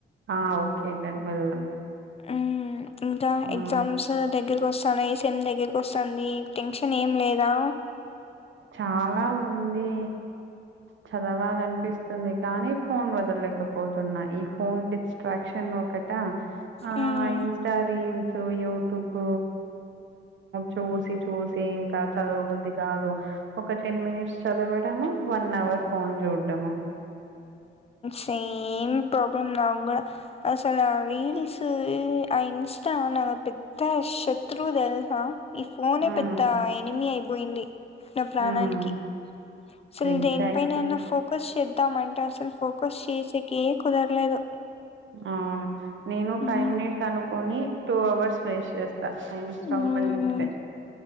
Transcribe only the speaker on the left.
హ్మ్మ్ ఇంకా
ఎగ్జామ్స్ దగ్గర వస్తానయి సెమ్ దగ్గరకి వస్తుంది టెన్షన్ ఏం లేదా
మ్మ్.
సేమ్ ప్రాబ్లం నా కూడా అసలు రీల్స్ ఆ ఇన్స్టా నా పెద్ద శత్రువు తెలుస ఈ ఫోనే
పెద్ద ఎనిమి అయి పోయింది నా ప్రాణానికి
అసలు
దేనిపైననా ఫోకస్ చే పంటే అసలు ఫోకస్ చేసేకె కుదరలేదు
మ్మ్.
మ్మ్.